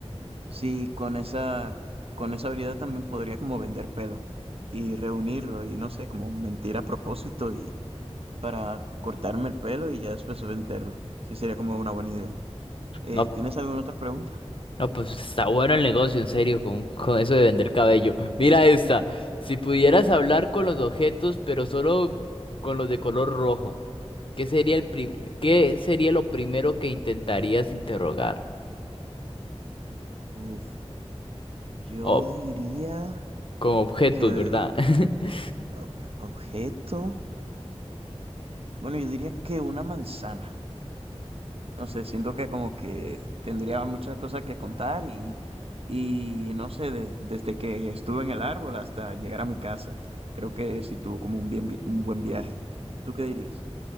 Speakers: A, on the right; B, on the left.
A: sí, con esa, con esa habilidad también podría como vender pelo y reunirlo y no sé, como mentir a propósito y para cortarme el pelo y ya después venderlo. Sí, sería como una buena idea. Eh,
B: No,
A: ¿tienes alguna otra pregunta?
B: no, pues está bueno el negocio, en serio, con, con eso de vender cabello. Mira esta. Si pudieras hablar con los objetos, pero solo con los de color rojo, ¿qué sería el pri- qué sería lo primero que intentarías interrogar?
A: Uf, yo
B: O
A: diría
B: con objetos,
A: que eh,
B: ¿verdad? <laughs>
A: ob- objeto, bueno, yo diría que una manzana. No sé, siento que como que tendría muchas cosas que contar y, y no sé, de- desde que estuve en el árbol hasta llegar a mi casa, creo que sí tuvo como un, bien, vi- un buen viaje. ¿Tú qué dirías?